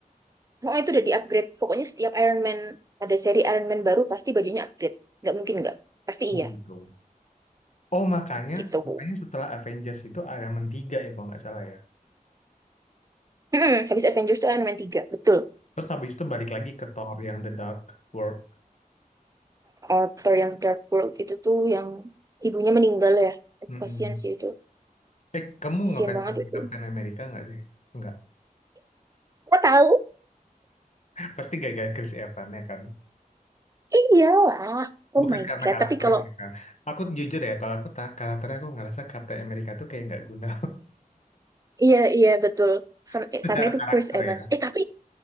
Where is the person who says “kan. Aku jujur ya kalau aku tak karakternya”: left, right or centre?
Left